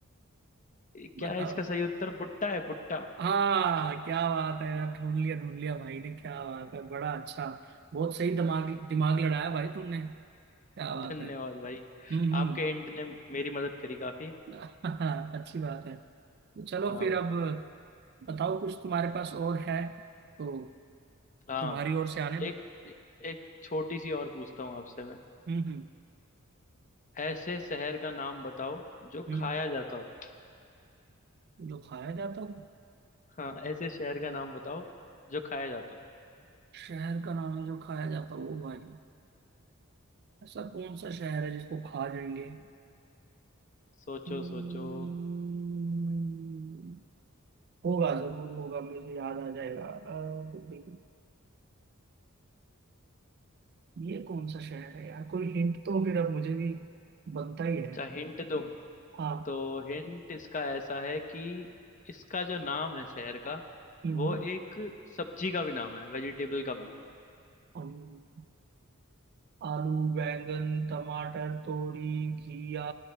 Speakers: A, on the left; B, on the right.
A: ये क्या
B: बताओ
A: है इसका सही उत्तर भुट्टा है भुट्टा
B: हाँ क्या बात है यार
A: <laughs>
B: ढूंढ लिया ढूंढ लिया भाई ने क्या बात है बड़ा अच्छा बहुत सही दिमाग दिमाग लड़ाया भाई तुमने क्या बात
A: धन्यवाद
B: है
A: भाई
B: हम्म हम्म
A: आपके हिंट ने मेरी मदद करी काफी
B: <laughs> अच्छी बात है तो चलो
A: हाँ
B: फिर
A: भाई
B: अब बताओ कुछ तुम्हारे पास और है तो
A: हाँ
B: तुम्हारी ओर से आने दो
A: एक एक छोटी सी और पूछता हूँ आपसे मैं
B: हम्म हम्म
A: ऐसे शहर का नाम बताओ जो
B: हम्म।
A: खाया जाता हो
B: जो खाया जाता हो
A: हाँ ऐसे शहर का नाम बताओ जो खाया जाता हो
B: शहर का नाम है जो खाया जाता हो भाई ऐसा कौन सा शहर है जिसको खा जाएंगे
A: सोचो
B: Hmm,
A: सोचो
B: होगा जरूर होगा मुझे याद आ जाएगा अ, तो बिल्कुल ये कौन सा शहर है यार कोई हिंट तो फिर अब मुझे भी बनता ही है
A: अच्छा हिंट दूँ
B: हाँ
A: तो हिंट इसका ऐसा है कि इसका जो नाम है शहर का
B: हम्म
A: वो एक सब्जी का भी नाम है वेजिटेबल का भी
B: हम आलू बैंगन टमाटर तोरी घिया